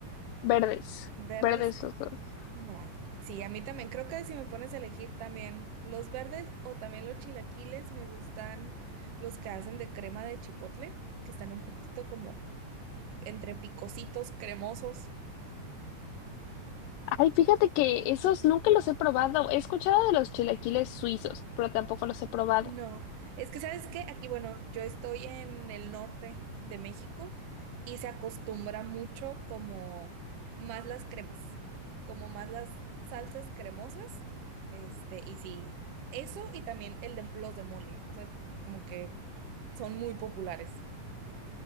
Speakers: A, on the left (about 80°); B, on the right (about 70°).
A: Verdes,
B: verdes?
A: verdes los dos.
B: Nah. Sí, a mí también. Creo que si me pones a elegir también los verdes o también los chilaquiles, me gustan los que hacen de crema de chipotle, que están un poquito como entre picositos, cremosos.
A: Ay, fíjate que esos nunca los he probado. He escuchado de los chilaquiles suizos, pero tampoco los he probado.
B: No, es que sabes que aquí, bueno, yo estoy en el norte de México y se acostumbra mucho como más las cremas, como más las salsas cremosas, este, y sí, eso y también el de, los de mole, o sea, como que son muy populares.